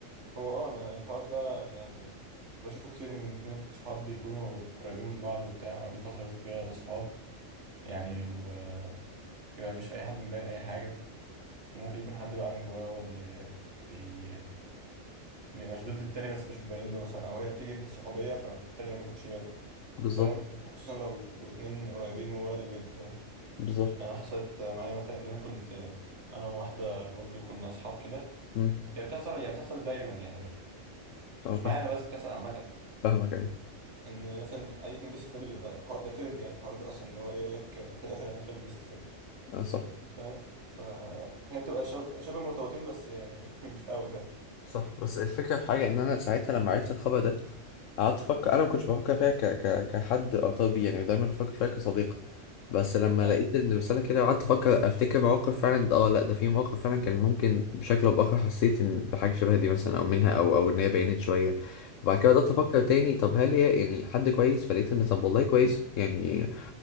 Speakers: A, on the right (about 60°); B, on the left (about 75°).
A: هو أه أنا الحوار ده يعني بشوفه كتير من اتنين صحاب بيكونوا قريبين من بعض وبتاع ويقعدوا فترة طويلة صحاب يعني ويبقى مفيش أي حد مبين أي حاجة وممكن يكون حد بقى من جواه هو اللي بي... بيبقى مشدود للتاني بس مش مبين له مثلا أو هي بتيجي في الصحوبية فالتاني ما بياخدش باله
B: بالظبط
A: فاهم وخصوصا لو بيبقوا اتنين قريبين وولد وبنت فاهم
B: بالظبط
A: يعني حصلت معايا مثلا ان انا كنت انا وواحده برضو كنا اصحاب كده
B: امم
A: هي بتحصل هي بتحصل دايما يعني
B: اه
A: مش
B: فاهم
A: معايا انا بس بتحصل عامه
B: فاهمك ايوه
A: ان مثلا اي اتنين بيست فريند بيبقى الحوار ده ترند يعني الحوار ده اصلا ان هو ايه يقول لك في الاخر انا هخطب البيست فريند
B: اه صح
A: فاهم فهي بتبقى شب- شبه مرتبطين بس يعني <laughs> مش قوي فاهم
B: صح بس الفكرة في حاجة ان انا ساعتها لما عرفت الخبر ده قعدت افكر
A: مم.
B: انا ما كنتش بفكر فيها ك... ك... كحد ارتبط بيه يعني دايما بفكر فيها كصديق بس لما
A: اي
B: لقيت ان الرسالة كده قعدت افكر افتكر مواقف فعلا اه لا ده في مواقف فعلا كان ممكن بشكل او باخر حسيت ان بحاجة شبه دي مثلا او منها او او ان هي بينت شوية وبعد كده بدأت
A: مم.
B: افكر تاني طب هل هي يعني حد كويس فلقيت ان طب والله كويس يعني